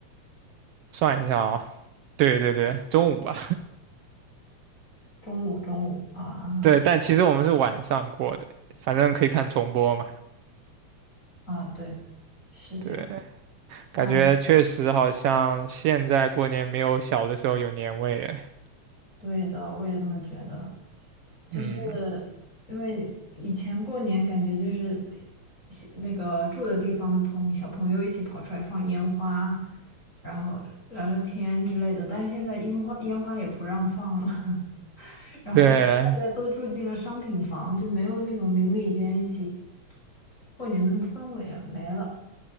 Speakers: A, on the right; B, on the left.
A: 算一下啊，对对对，中午吧，
B: 中午，中午啊
A: 对，但其实我们是晚上过的，反正可以看重播嘛。
B: 啊，对，是这样。
A: 对，
B: 那。
A: 感觉确实好像现在过年没有小的时候有年味哎。
B: 对的，我也这么觉得。就是
A: 嗯，
B: 因为以前过年感觉就是西那个住的地方的朋小朋友一起跑出来放烟花，然后聊聊天之类的，但是现在烟花烟花也不让放了，<laughs> 然后大家都住进了商品房，
A: 对，
B: 就没有那种邻里间一起过年的氛围了，没了。